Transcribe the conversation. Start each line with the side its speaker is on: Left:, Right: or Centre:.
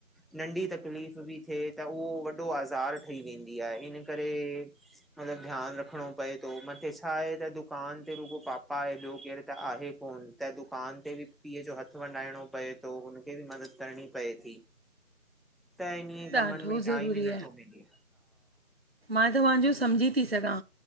Centre: नढी तकलीफ़ वॾी थिए त उहो वॾो आज़ार ठही वेंदी आहे इन करे मतलबु ध्यानु रखणो पए मथे छा आहे दुकान ते रुॻो पापा आहे ॿियो केरु त आहे कोन त दु पाण ते बि पीअ जो हथ वंडाइणो पए थो हुनखे बि मदद करणी पए थी। त इनीअ कमन
Right: ॾाढो
Centre: में
Right: ज़रूरी
Centre: टाइम बि नथो मिले।
Right: त मां त्वां समझी ती सॻा